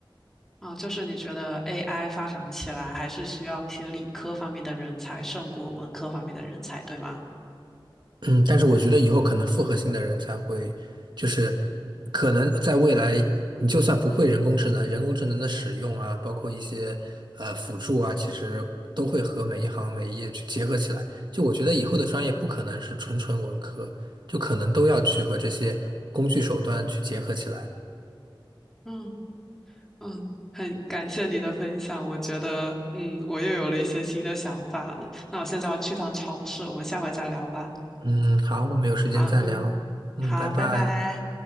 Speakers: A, in the centre; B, on the right.
A: 啊，就是你觉得 AI 发展起来还是需要一些理科方面的人才胜过文科方面的人才，对吗？
B: 嗯，但是我觉得以后可能复合性的人才会，就是可能在未来，你就算不会人工智能，人工智能的使用啊，包括一些呃辅助啊，其实都会和每一行每一业去结合起来。就我觉得以后的专业不可能是纯纯文科，就可能都要去和这些工具手段去结合起来。
A: 嗯嗯，很感谢你的分享，我觉得嗯，我又有了一些新的想法了。那我现在要去趟超市，我们下回再聊吧。
B: 嗯，好，我们有时间再聊。
A: 好，嗯，
B: 嗯，
A: 好，
B: 拜拜。
A: 拜拜。